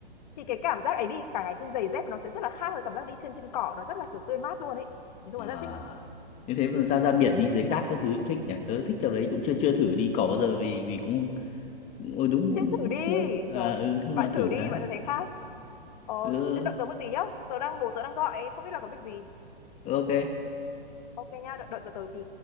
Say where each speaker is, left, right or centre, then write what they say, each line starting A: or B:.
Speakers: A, on the left (about 45°); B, on the left (about 25°).
A: thì cái cảm giác ấy đi cả ngày trên giày dép nó sẽ rất là khác với cảm giác đi trên trên cỏ nó rất là kiểu tươi mát luôn ấy nói chung
B: à
A: là rất thích
B: như thế mà ra ra biển đi dưới cát các thứ cũng thích nhỉ tớ thích chỗ đấy cũng chưa chưa thử đi cỏ bao giờ vì vì cũng ừ, đúng cũng
A: Thế thử đi.
B: chưa à
A: Rồi,
B: ừ thế nào
A: bạn thử
B: thử
A: đi,
B: cái
A: bạn sẽ thấy khác. Ờ,
B: ừ
A: thế đợi tớ một tí nhá. Tớ đang, bố tớ đang gọi, không biết là có việc gì.
B: ok
A: Ok nha, đợi, đợi tớ tớ tí.